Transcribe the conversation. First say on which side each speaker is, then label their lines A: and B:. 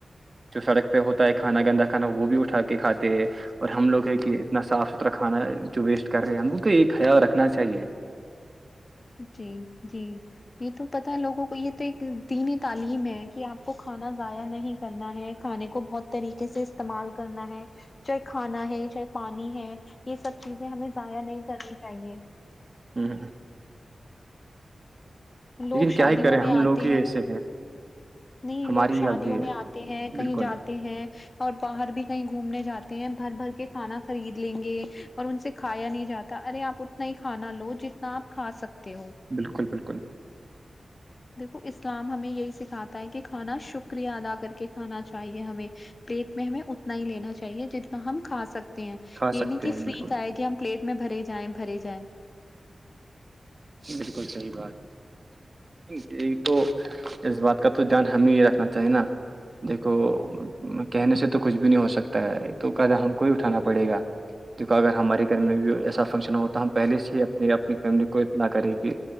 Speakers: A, on the right (about 45°); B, on the left (about 45°).
A: جو سڑک پہ ہوتا ہے کھانا گندا کھانا وہ بھی اٹھا کے کھاتے ہے اور ہم لوگ ہے کہ نہ صاف ستھرا کھانا جو ویسٹ کر رہے ہیں ہم کو کو ایک خیال رکھنا چاہیے
B: جی جی یہ تو پتا ہے لوگوں کو یہ تو ایک دین تعلیم ہے کہ آپ کو کھانا ضائع نہیں کرنا ہے کھانے کو بہت طریقے سے استعمال کرنا ہے چاہے کھانا ہے چاہے پانی ہے یہ سب چیزیں ہمیں ضائع نہیں کرنی چاہیے
A: ہ ہ <unintelligible>
B: لوگ
A: لیکن
B: شادیوں
A: کیا ہی کریں
B: میں
A: ہم
B: آتے
A: لوگ ہی
B: ہیں
A: ایسے
B: نہیں
A: ہماری
B: لوگ شادیوں
A: ہی غلطی ہے
B: میں آتے ہیں کہیں
A: بالکل
B: جاتے ہیں اور باہر بھی کہیں گھومنے جاتے ہیں بھر بھر کے کھانا خرید لیں گے اور ان سے کھایا نہیں جاتا ارے آپ اتنا ہی کھانا لو جتنا آپ کھا سکتے ہو
A: بالکل بالکل
B: دیکھو اسلام ہمیں یہی سکھاتا ہے کہ کھانا شکریہ ادا کر کے کھانا چاہیے ہمیں پلیٹ میں ہمیں اتنا ہی لینا چاہیے جتنا ہم کھا سکتے ہیں
A: کھا
B: یہ
A: سکتے
B: نہیں کہ
A: ہیں
B: فرییک
A: بالکل
B: آئے کہ ہم پلیٹ میں بھرے جائیں بھرے جائیں
A: بالکل صحیح بات یہ تو اس بات کا تو دھیان ہمیں یہ رکھنا چاہیے نا <unintelligible> دیکھو کہنے سے تو کچھ بھی نہیں ہو سکتا ہے تو قدہ ہم کو ہی اٹھانا پڑے گا د اگر ہمارے گھر میں بھی ایسا فنکشن ہو تو ہم پہلے سے ہی اپنی اپنی فیملی کو اطلاع کریں کہ